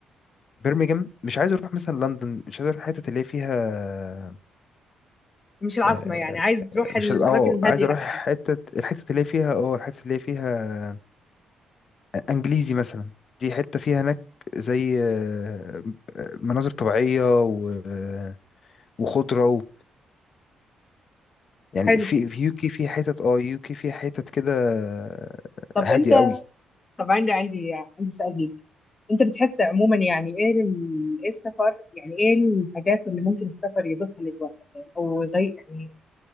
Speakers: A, on the left; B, on the left.
A: برمنجهام مش عايز اروح مثلا لندن مش عايز اروح الحتت اللي هي فيها
B: مش العاصمه
A: آه،
B: يعني عايز تروح
A: مش
B: الاماكن
A: ال- اه
B: الهاديه
A: عايز اروح
B: اكتر
A: حتت الحتت اللي هي فيها اه الحتت اللي هي فيها انجليزي مثلا دي حته فيها هناك زي آه، آه، مناظر طبيعيه و- آه، وخضره و... يعني
B: حلو
A: في في يوكي في حتت اه يوكي في حتت كده آه،
B: طب
A: هاديه
B: انت
A: قوي
B: طب عندي عندي عندي سؤال ليك انت بتحس عموما يعني ايه ال... ايه السفر يعني ايه الحاجات اللي ممكن السفر يضيفها للواحد يعني او يغير يعني